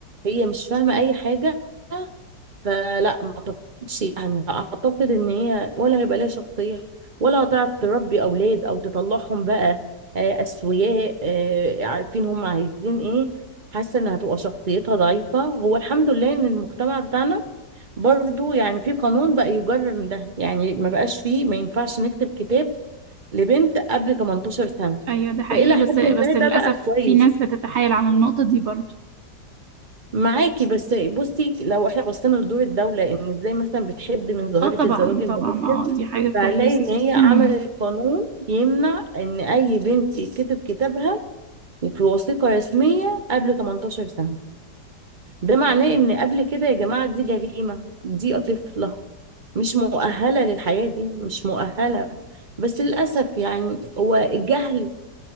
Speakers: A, on the right (about 30°); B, on the right (about 65°).
A: هي مش فاهمة أي حاجة فلا ما اعتقدش يعني اعتقد ان هي ولا هيبقى ليها شخصية ولا هتعرف تربي اولاد او تطلعهم بقى آه، اسوياء آه، عارفين هم عايزين ايه حاسة انها هتبقى شخصيتها ضعيفة هو الحمد لله ان المجتمع بتاعنا برضو يعني في قانون بقى يجرر من ده يعني ما بقاش فيه ما ينفعش نكتب كتاب لبنت قبل 18 سنة
B: ايوه ده حقيقي
A: فإلى
B: بس
A: حد ما
B: بس
A: ده
B: للاسف
A: بقى كويس
B: في ناس بتتحايل على النقطة دي برضه
A: معاكي بس بصي لو احنا بصينا لدور الدولة ان ازاي مثلا بتحد من ظاهرة
B: اه طبعا
A: الزواج المبكر
B: طبعا اه دي حاجة كويسة
A: فهنلاقي ان هي عملت
B: امم
A: قانون يمنع ان اي بنت يتكتب كتابها في وثيقة رسمية قبل 18 سنة ده معناه ان قبل كده يا جماعة دي جريمة دي طفلة مش مؤهلة للحياة دي مش مؤهلة بس للأسف يعني هو الجهل